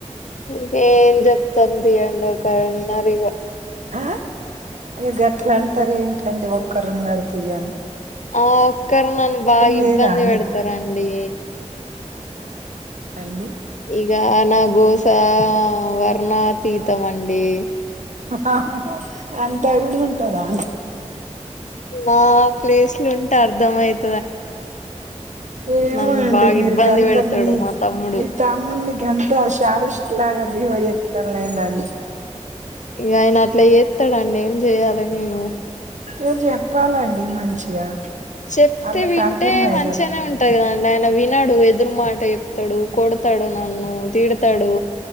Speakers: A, on the left; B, on the right.
A: ఇంకేం చెప్తాం ియం లో కా ఉన్నారు ఇక
B: ఆ అయ్య గట్లా అంటారు ఏంటండి ఒక్కరు ఉన్నారు తీ అను
A: ఆ ఒక్కరు నన్ను బాగా
B: లేదా
A: ఇబ్బంది
B: అండి
A: పెడతారంండి
B: అండి
A: ఇగ నా గోస వర్ణ తీీతమండడి
B: ఆ అంతా కూడా ఉంటదా
A: నా ప్లేస్ లో ఉంటే అర్ధమయితు
B: ఏమో
A: నన్ను
B: అండి
A: బాగా
B: మీరు
A: ఇబ్బంది
B: గంత
A: పెడతాడు
B: మీ
A: మా తమ్ముడు
B: మీ తామ్ముని గంత శాలస్ట్ లాగా ఇవే <unintelligible> ఎత్తలెండండి
A: ఇక ఆయన అట్లా చేస్తాడండి ఏం చెయాలి నేను
B: మీరు చెప్పాలండి మంచిగా
A: చెప్తే
B: వాళ్ళకి
A: వింటే
B: అర్థమయ్యేటట్టు
A: మంచిగానే ఉంటాయి కదా ఆయన విన్నాడు ఎదురు మాట చెప్తాడు, కొడతాడు, నన్ను తిడతాడు,